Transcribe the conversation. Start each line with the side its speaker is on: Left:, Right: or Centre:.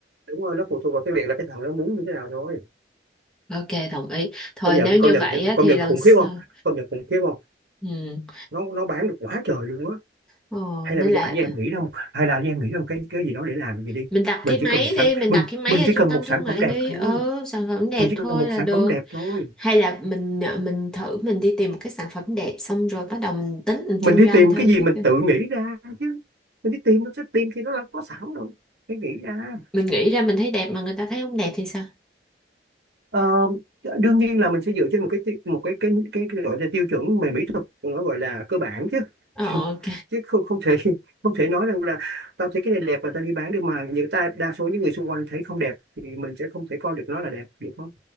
Right: đúng rồi nó phụ thuộc vào cái việc là cái thằng nó muốn như thế nào thôi
Centre: ok đồng ý thôi
Right: công nhận
Centre: nếu như
Right: công nhận
Centre: vậy
Right: thì-
Centre: á,
Right: công
Centre: thì
Right: nhận
Centre: lần
Right: khủng
Centre: sau
Right: khiếp không công nhận khủng khiếp không
Centre: ừ
Right: nó nó bán được quá trời luôn á
Centre: Ồ,
Right: hay
Centre: nên
Right: là bây
Centre: là
Right: giờ anh với em nghĩ ra một hay là anh với em nghĩ ra một cái cái gì đó để làm gì đi
Centre: mình đặt
Right: mình
Centre: cái máy
Right: chỉ cần một sản
Centre: đi mình
Right: mình
Centre: đặt cái máy
Right: mình
Centre: ở
Right: chỉ cần
Centre: trung tâm
Right: một
Centre: thương
Right: sản
Centre: mại
Right: phẩm đẹp
Centre: đi
Right: thôi
Centre: ừ sản phẩm đẹp
Right: mình chỉ
Centre: thôi
Right: cần một
Centre: là
Right: sản
Centre: được
Right: phẩm đẹp thôi
Centre: hay là mình ờ, mình thử mình đi tìm một cái sản phẩm đẹp xong rồi bắt đầu mình tính mình
Right: mình
Centre: kinh
Right: đi
Centre: doanh
Right: tìm
Centre: thử
Right: cái gì
Centre: <laughs> cái
Right: mình
Centre: kìa.
Right: tự nghĩ ra chứ mình đi tìm nó sẽ tìm thì nó là có sẵn rồi phải nghĩ ra
Centre: mình nghĩ ra mình thấy đẹp mà người ta thấy không đẹp thì sao
Right: Ờ, đương nhiên là mình sẽ dựa trên một cái ti- một cái cái cái, cái gọi là tiêu chuẩn về mỹ thuật nó gọi là cơ bản chứ
Centre: ờ,
Right: <laughs>
Centre: ok
Right: chứ không không thể không thể nói rằng là tao thấy cái này đẹp và tao đi bán được mà những ta đa số những người xung quanh thấy không đẹp thì mình sẽ không thể coi được nó là đẹp được không